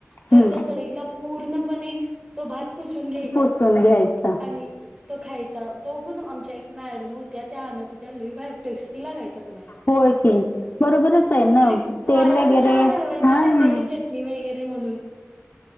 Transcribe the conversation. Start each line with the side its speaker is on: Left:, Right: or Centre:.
Right: तर
Left: हं.
Right: त्या कडेला पूर्णपणे तो भात पुसून घ्यायचा,
Left: पुसून घ्यायचा
Right: आणि तो घ्यायचा, तो पण आमच्या एक मॅडम होत्या त्या आणत होत्या, तो लैय भारी टेस्टी लागायचा तो भात.
Left: होय कि, बरोबरच आहे ना
Right: म्हणजे वाया
Left: तेल वगैरे,
Right: कशाला घालवायचं
Left: हा-हा.
Right: ते तेल वगैरे म्हणून